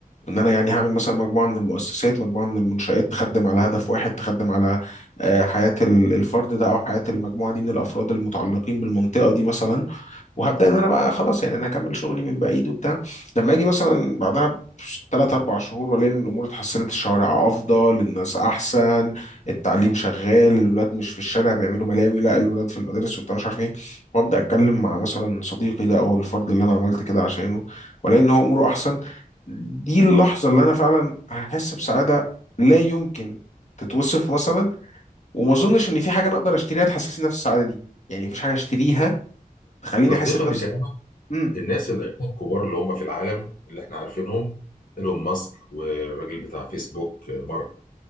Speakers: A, on the left; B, on the left.
A: ان انا يعني هعمل مثلا مجموعه من المؤسسات مجموعه من المنشآت تخدم على هدف واحد تخدم على آه، حياه ال- الفرد ده او حياه المجموعه دي من الافراد المتعلقين بالمنطقه دي مثلا وهبدا ان انا بقى خلاص يعني انا هكمل شغلي من بعيد وبتاع لما اجي مثلا بعدها ثلاث اربع شهور والاقي ان الامور اتحسنت الشوارع افضل الناس احسن التعليم شغال الولاد مش في الشارع بيعملوا بلاوي لا الولاد في المدارس وبتاع مش عارف ايه وابدا اتكلم مع مثلا صديقي ده او الفرد اللي انا عملت كده عشانه والاقي ان هو اموره احسن دي اللحظه اللي انا فعلا هحس بسعاده لا يمكن تتوصف مثلا وما اظنش ان في حاجه انا اقدر اشتريها تحسسني نفس السعاده دي يعني مفيش حاجه اشتريها تخليني
B: تصديقا
A: احس بنفس
B: لكلامك
A: مم.
B: الناس الاغنياء الكبار اللي هم في العالم اللي احنا عارفينهم ايلون ماسك والراجل بتاع فيسبوك مارك